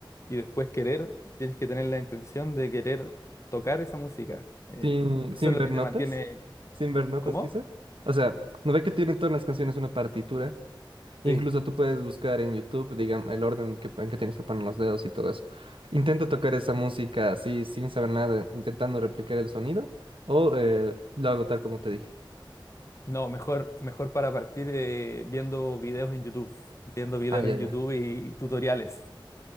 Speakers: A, on the left (about 35°); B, on the right (about 85°).
A: y después querer, tienes que tener la intención de querer tocar esa música. Eh,
B: Sin,
A: eso
B: sin
A: es lo
B: ver
A: que
B: notas,
A: te mantiene...
B: sin ver notas
A: ¿Cómo?
B: quizá. O sea, ¿no ve que tienen todas las canciones una partitura?
A: Sí.
B: Incluso tú puedes buscar en YouTube, digamos, el orden que, en que tienes que poner los dedos y todo eso. Intenta tocar esa música así, sin saber nada, intentando replicar el sonido, o eh, lo hago tal como te dije.
A: No, mejor, mejor para partir eh, viendo videos en YouTube, viendo videos
B: Ah, ya,
A: en
B: ya.
A: YouTube y tutoriales.